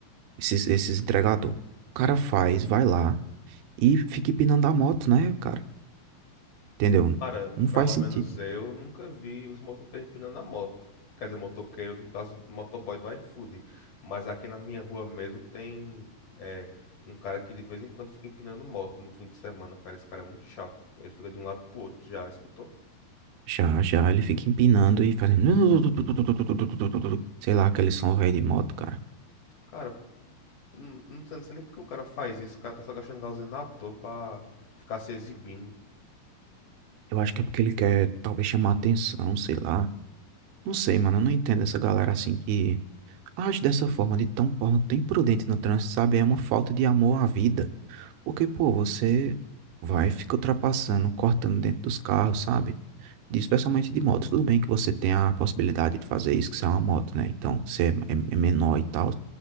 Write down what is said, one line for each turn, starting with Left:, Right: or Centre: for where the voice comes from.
Right: Esses, esses entregador. O cara faz, vai lá e fica empinando a moto, né, cara? Entendeu?
Left: Cara,
Right: Não faz
Left: pelo
Right: sentido.
Left: menos eu nunca vi os motoqueiros empinando a moto. Quer dizer, motoqueiro, no caso, motoboy do iFood. Mas aqui na minha rua mesmo tem é, um cara que de vez em quando fica empinando moto no fim de semana, cara. Esse cara é muito chato. Ele fica de um lado pro outro, já escutou?
Right: Já, já, ele fica empinando e fazendo. <laughs> Sei lá, aquele som velho de moto, cara.
Left: Cara, não, não sei não sei nem porque o cara faz isso. O cara tá só gastando gasolina à toa pra ficar se exibindo.
Right: Eu acho que é porque ele quer talvez chamar atenção, sei lá. Não sei, mano, eu não entendo essa galera assim que age dessa forma, de tão forma tão imprudente no trânsito, sabe? É uma falta de amor à vida. Porque, pô, você vai e fica ultrapassando, cortando dentro dos carros, sabe? de- especialmente de moto. Tudo bem que você tem a possibilidade de fazer isso, que você é uma moto, né? Então, você é, é- é menor e tal.